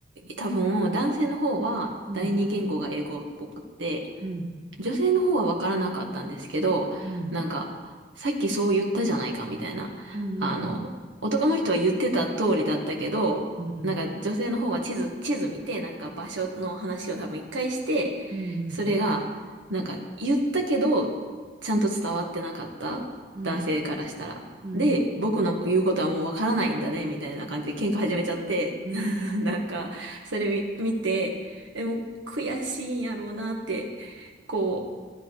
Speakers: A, on the right; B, on the right.
A: 多分、男性の方は第二言語が英語っぽくって、
B: うん、うん、
A: 女性の方はわからなかったんですけど、
B: うん、
A: なんか、さっきそう言ったじゃないかみたいな。
B: うん、
A: あの、
B: うん、
A: 男の人は言ってた通りだったけど、
B: うん、う
A: なんか女性の方は地図、
B: ん、
A: 地図見て、なんか場所の話を多分一回して、
B: うん、
A: それが、なんか言ったけど、ちゃんと伝わってなかった男性からしたら。
B: うん、うん、
A: で、
B: うん、うん、うん、
A: 僕の言うことはもうわからないんだね、みたいな感じで喧嘩始めちゃって、
B: うん、
A: <laughs>
B: うん、
A: なんか、それ見見て、え、もう悔しいんやろうなって、こ